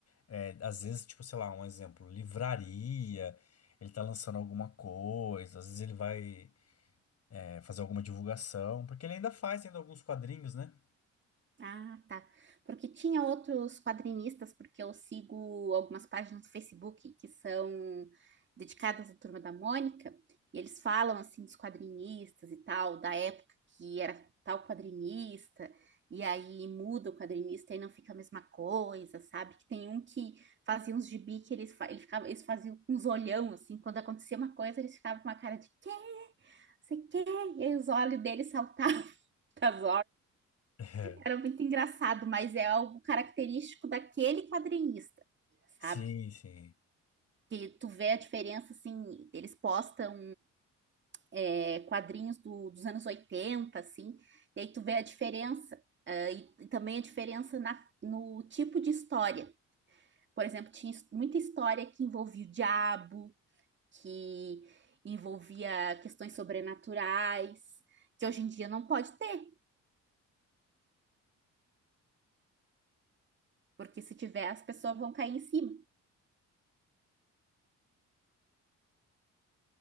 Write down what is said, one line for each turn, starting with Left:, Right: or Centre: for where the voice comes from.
Left: É, às vezes, tipo, sei lá, um exemplo, livraria, ele tá lançando alguma coisa, às vezes ele vai, é, fazer alguma divulgação, porque ele ainda faz ainda alguns quadrinhos, né?
Right: Ah, tá. Porque tinha outros quadrinistas, porque eu sigo algumas páginas do Facebook que são dedicadas à Turma da Mônica, e eles falam assim dos quadrinistas e tal, da época que era tal quadrinista, e aí muda o quadrinista e não fica a mesma coisa, sabe? Que tem um que fazia uns gibi que eles, fa- ele ficava, eles faziam uns olhão, assim, quando acontecia uma coisa, eles ficavam com uma cara de quê? Você quê? E aí os olhos deles saltavam <laughs> das
Left: <laughs>
Right: era muito engraçado, mas é algo característico daquele quadrinista,
Left: Sim,
Right: sabe?
Left: sim.
Right: Que tu vê a diferença, assim, eles postam é, quadrinhos do- dos anos 80, assim, e aí tu vê a diferença, ah, e, e também a diferença na- no tipo de história. Por exemplo, tinha his- muita história que envolvia o diabo, que envolvia questões sobrenaturais, que hoje em dia não pode ter, porque se tiver, as pessoas vão cair em cima.